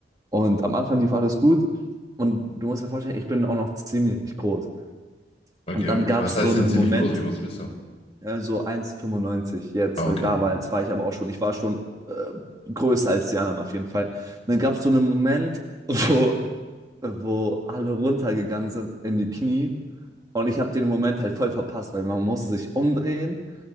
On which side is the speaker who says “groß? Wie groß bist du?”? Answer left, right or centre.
Left